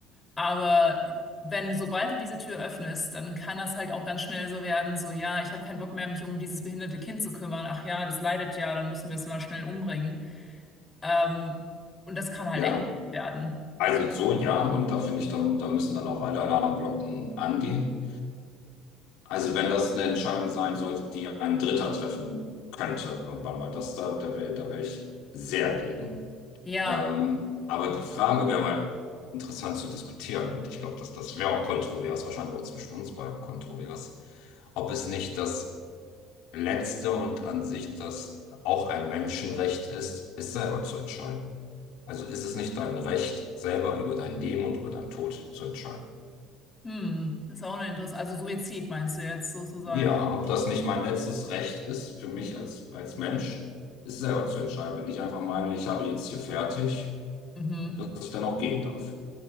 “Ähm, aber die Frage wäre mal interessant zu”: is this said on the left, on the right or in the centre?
Left